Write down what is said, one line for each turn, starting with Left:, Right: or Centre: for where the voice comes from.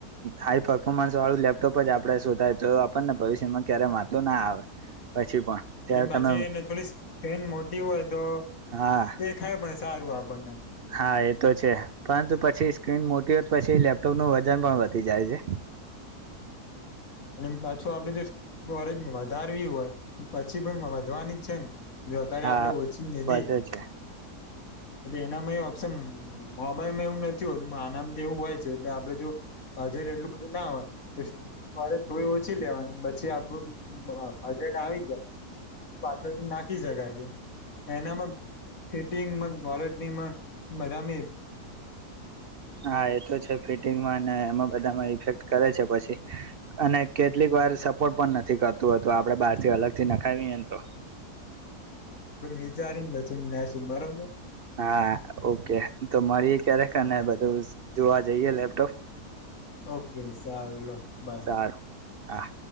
Right: હાઈ પરફોમસ વાળું લેપટોપ જ આપડણે શોધાય તો આપણ ને ભવિષ્યમાં ક્યારે વાંધું ના આવે પછી પણ
Left: અને
Right: ત્યારે
Left: બાછી
Right: તમે
Left: એ થોડી મો હોય તો
Right: હા
Left: એ ખાય પણ સારું આપણને
Right: હા એ તો છે પરંતુ પછી સ્ક્રીન મોટી હોત પછી લેપટોપનુંું વજન પણ વધી જાય છે
Left: હ પાછું આપડે જો ફરજ વધારવી હોય તો પછી પણ વધવાની છે ને જો અત્યારે
Right: હા
Left: આપડે ઓચીંગ લીધી
Right: વધે છે
Left: એનામાં એ ઓપ્શન મોબાઈલમાં એવું નથી હોતું આનામ તો એવું હોય છે એટલે આપડે હજ એટલું બધું ના હોય મારે થોડી ઓછી લેવાની પછી આું બજેટ આવી ગાય પાછળથી નાખ શકાય છે એનામાં ફિટિંગ વોરટની બધા
Right: હા એ તો છે ફિટિંગમાં એમાં બધામાં ઇફેક કરે છે પછી અને કેટલીક વાર સપોર્ટ પણ નથી કરતુંતું આપડે બહાર થી અલગ થી નખાવી મે તો
Left: વિચારી ને પછી નસું બરોબર
Right: હા ઓકે તો મળીએ ક્યારેક ને બધું જોવા જઈએ લેપટોપ
Left: ઓકે સારું લો બાય
Right: સારું હા